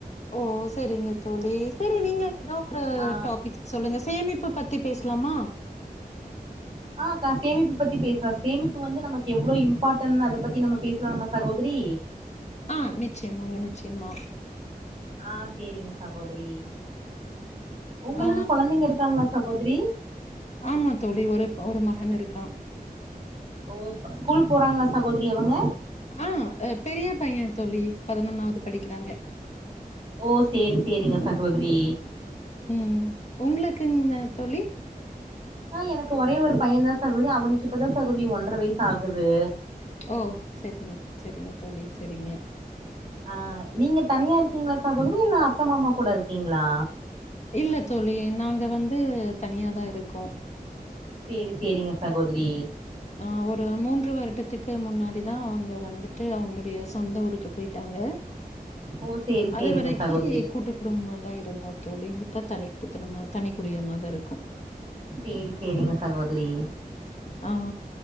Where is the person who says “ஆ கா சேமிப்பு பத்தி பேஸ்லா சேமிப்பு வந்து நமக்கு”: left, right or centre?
Right